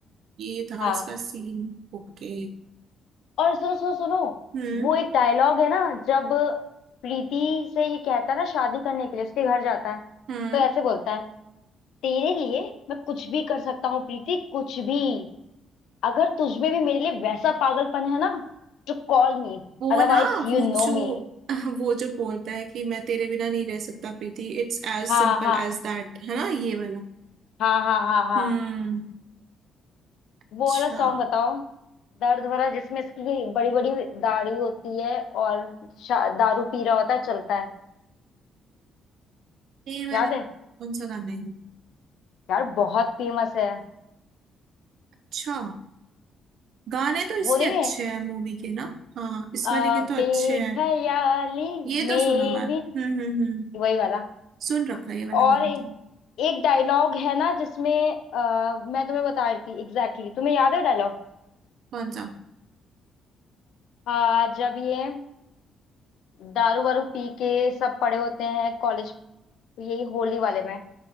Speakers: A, on the right; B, on the left.
A: ये था
B: हाँ
A: इसका सीन ओके
B: और सुनो सुनो सुनो
A: हम्म
B: वो एक डायलॉग है ना जब प्रीति से ये कहता है ना शादी करने के लिए उसके घर जाता है
A: हम्म
B: तो ऐसे बोलता है तेरे लिए मैं कुछ भी कर सकता हूँ प्रीति कुछ भी अगर तुझमें भी मेरे लिए वैसा पागलपन है ना तो call me
A: वो
B: otherwise
A: ना
B: you
A: वो जो
B: know me
A: <laughs> वो जो बोलता है कि मैं तेरे बिना नहीं रह सकता Preeti it's as
B: हाँ
A: simple
B: हाँ
A: as that है ना ये वाला
B: हाँ हाँ हाँ हाँ
A: हम्म अच्छा
B: वो वाला सॉन्ग बताओ दर्द भरा जिसमें इसकी बड़ी बड़ी दाढ़ी होती है और शा- दारू पी रहा होता है चलता है
A: ये वाला
B: याद है
A: कौन सा गाना है
B: यार बहुत फेमस है
A: अच्छा गाने तो इसके
B: वो नहीं
A: अच्छे
B: है
A: हैं मूवी के ना हाँ इस
B: आ,
A: वाली के तो अच्छे
B: बेख्याली
A: हैं ये तो
B: में
A: सुना हुआ है
B: भी
A: हम्म हम्म हम्म
B: वही वाला
A: सुन रखा है ये वाला
B: और
A: गाना तो
B: एक डायलॉग है ना जिसमें अ, मैं तुम्हें बता रही थी एग्जैक्टली exactly. तुम्हें याद है डायलॉग
A: कौन सा
B: आ, जब ये दारू वारू पी के सब पड़े होते हैं कॉलेज यही होली वाले में